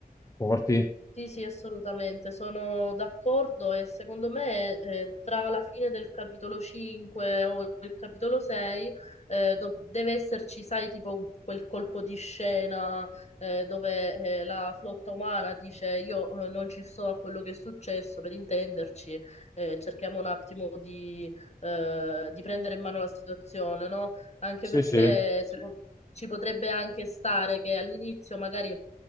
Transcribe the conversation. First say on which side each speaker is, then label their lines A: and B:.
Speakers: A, on the left; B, on the left.
A: forti.
B: sì, sì, assolutamente, sono d'accordo e secondo me eh, tra la fine del capitolo 5 o il capitolo 6 eh, do- deve esserci, sai, tipo quel colpo di scena eh, dove eh, la flotta umana dice io eh, non ci sto a quello che è successo, per intenderci, eh, cerchiamo un attimo di, eh, di prendere in mano la situazione, no? Anche
A: Sì,
B: perché
A: sì,
B: secondo- ci potrebbe anche stare che all'inizio magari